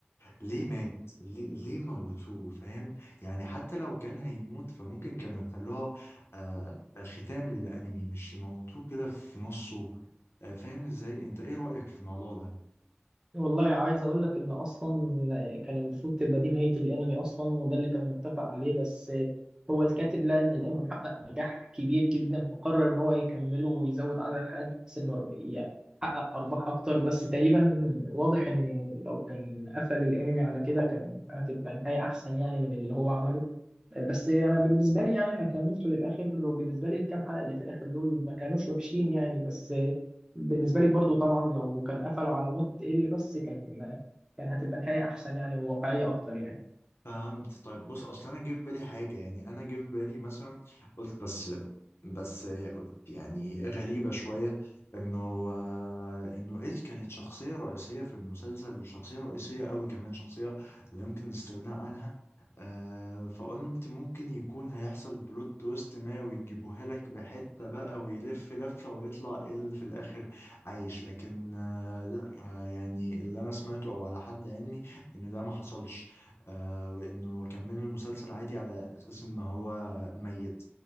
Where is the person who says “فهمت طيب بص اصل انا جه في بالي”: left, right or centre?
Left